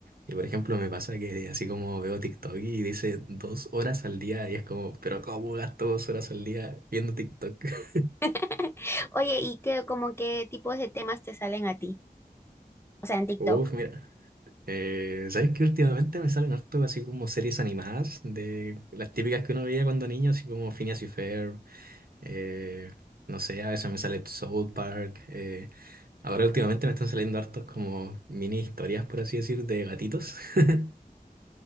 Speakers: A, on the right; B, on the left.
A: Y por ejemplo, me pasa que así como veo TikTok y dice dos horas al día y es como, pero ¿cómo gasto dos horas al día viendo TikTok? <laughs>
B: <laughs> Oye, ¿y qué, como qué tipos de temas te salen a ti? O sea, en TikTok.
A: Uf, mira. Eh, ¿sabes qué? Últimamente me salen harto así como series animadas de las típicas que uno veía cuando niño, así como Phineas y Ferb Eh, no sé, a veces me sale South Park. eh, ahora últimamente me están saliendo hartos como mini historias, por así decir, de gatitos. <laughs>